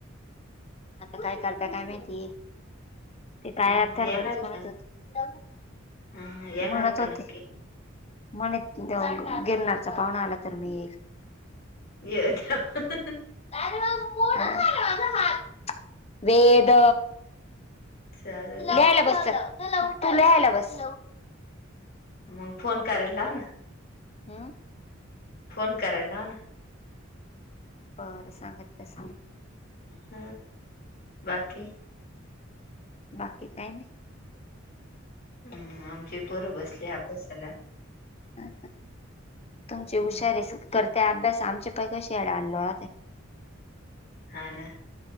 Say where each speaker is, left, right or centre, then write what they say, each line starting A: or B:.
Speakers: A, on the left; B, on the left.
A: आता काय करताय काय माहिती ते पाया
B: ह
A: तर
B: येणार
A: बरच म्हणत
B: का
A: होते.
B: हा हा येणार
A: म्हणत
B: आहे
A: होते
B: का नक्की.
A: म्हणे देऊ गिरणारचा पाहुणा आला तर मी येईल
B: ये <unintelligible>
A: हा वेद.
B: चालेल
A: लिहायला
B: मग
A: बसत तू लिहायला बस.
B: मग फोन करायला लाव ना.
A: हम्म.
B: फोन करायला लाव ना.
A: बरं सांगते सांग.
B: ह बाकी.
A: बाकी काहीनी.
B: ह आमचे पोर बसले अभ्यासाला.
A: हा तुमची
B: हं
A: हुशारी शूट करते अभ्यास आमचे पाय कशी अडाणी लोळते.
B: हा ना.